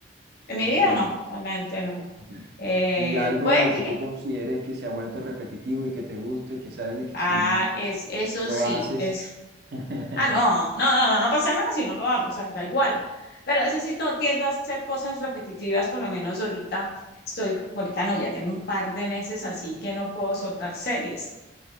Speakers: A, on the left; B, on the right.
A: en mi
B: Ok.
A: vida no, realmente no.
B: ok.
A: Eh,
B: Y algo
A: puede
B: a lo
A: que,
B: que tú consideres que se ha vuelto repetitivo y que te gusta y que sabes de que
A: ah,
B: si no
A: es, eso
B: lo
A: sí,
B: haces...
A: es
B: <laughs>
A: Ah, no, no, no, no, no pasa nada si no lo hago, o sea, da igual. Pero a veces sí to- tiendo a hacer cosas repetitivas, por lo menos ahorita estoy, ahorita no, ya tengo un par de meses así que no puedo soltar series.